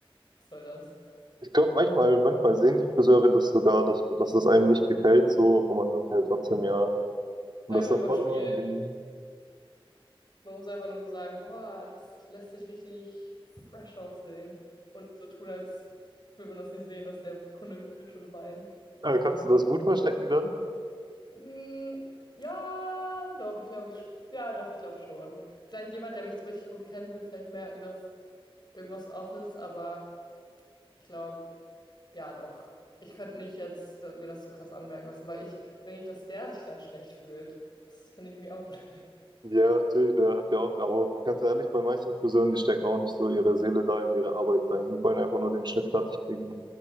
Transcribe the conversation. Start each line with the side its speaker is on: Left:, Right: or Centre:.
Left: Was soll das?
Right: Ich glaube, manchmal, manchmal sehen die Friseure das sogar, dass, dass es einem nicht gefällt, so, aber man sagt halt trotzdem ja. Und
Left: Einfach
Right: das ist dann
Left: überspielen.
Right: voll unangenehm.
Left: Man muss einfach nur so sagen, boah, das lässt sich richtig fresh aussehen. Und so tun, als würde man das nicht sehen, dass der Kunde gefühlt schon weint.
Right: Äh, kannst du das gut verstecken dann?
Left: Mm, ja, doch, ich glaube, ich, ja, doch, ich glaube schon. Vielleicht jemand, der mich so richtig gut kennt, wird vielleicht merken, dass irgendwas off ist, aber ich glaube, ja, doch. Ich könnte nicht jetzt äh, mir das so krass anmerken lassen, weil ich will nicht, dass der sich dann schlecht fühlt. Das finde ich irgendwie auch <laughs> blöd.
Right: Ja, natürlich, der hat ja auch, aber ganz ehrlich, bei manchen Friseuren, die stecken auch nicht so ihre Seele da in ihre Arbeit rein. Die wollen einfach nur den Schnitt fertig kriegen.